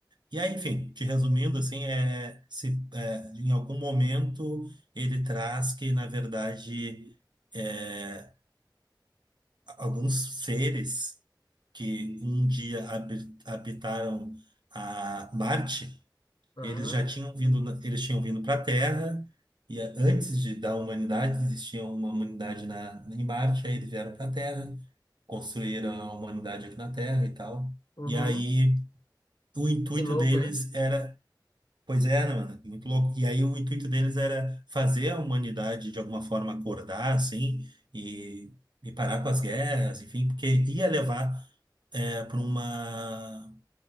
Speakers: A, on the right; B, on the left.
A: E aí, enfim, te resumindo, assim, é, se, é, em algum momento ele traz que, na verdade, é, alguns seres que um dia habi- habitaram a Marte,
B: Aham.
A: eles já tinham vindo, na- eles tinham vindo para a Terra e a- antes de, da humanidade existia uma humanidade na em Marte, aí eles vieram para a Terra, construíram a humanidade aqui na Terra e tal.
B: Uhum.
A: E aí o intuito
B: Que louco,
A: deles
B: né?
A: era, pois é, né, mano, muito louco. E aí o intuito deles era fazer a humanidade de alguma forma acordar assim e e parar com as guerras, enfim, porque ia levar para uma